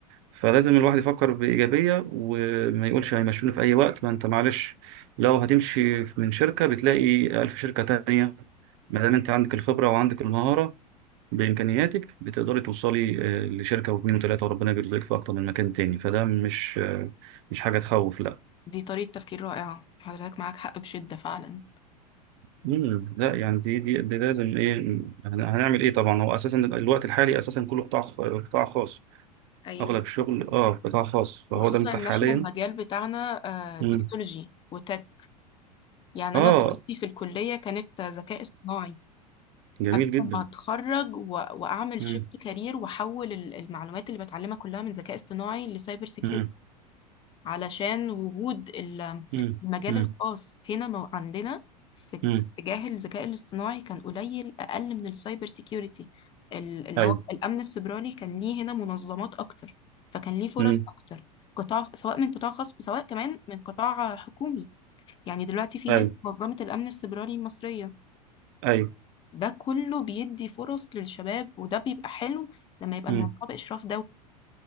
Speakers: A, on the right; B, on the left.
A: فلازم الواحد يفكر بإيجابية وما يقولش هيمشوني في أي وقت ما أنت معلش لو هتمشي من شركة بتلاقي ألف شركة تانية ما دام أنت عندك الخبرة وعندك المهارة بإمكانياتك بتقدري توصلي آه، لشركة واتنين وتلاتة وربنا بيرزقك في أكتر من مكان تاني فده مش آه، مش حاجة تخوف لا
B: دي طريقة تفكير رائعة حضرتك معاك حق بشدة فعلا
A: مم، لا يعني دي دي, دي لازم إيه هن- هنعمل إيه طبعا هو أساسا الوقت الحالي أساسا كله قطاع قطاع خاص
B: أيوة
A: أغلب الشغل أه قطاع خاص فهو
B: وخصوصا
A: ده متاح
B: إن
A: حاليا
B: إحنا المجال بتاعنا آه،
A: مم.
B: تكنولوجي وتك يعني
A: أه
B: أنا دراستي في الكلية كانت آه، ذكاء اصطناعي
A: جميل
B: قبل
A: جدا
B: ما أتخرج و... وأعمل
A: مم.
B: شيفت كارير وأحول ال- المعلومات اللي بتعلمها كلها من ذكاء اصطناعي لسايبر سيكيورتي
A: مم.
B: علشان وجود ال-
A: مم.
B: المجال
A: مم.
B: الخاص هنا مو- عندنا في
A: مم.
B: في اتجاه الذكاء الاصطناعي كان قليل أقل من السايبر سيكيورتي ال- اللي
A: ايوه
B: هو الأمن السيبراني كان ليه هنا منظمات أكتر فكان ليه فرص
A: مم.
B: أكتر قطاع سواء من قطاع خاص سواء كمان من قطاع حكومي يعني دلوقتي في
A: ايوه
B: هنا منظمة الأمن السيبراني المصرية
A: ايوه
B: فده كله بيدي فرص للشباب وده بيبقى حلو لما يبقى
A: مم.
B: الموضوع بإشراف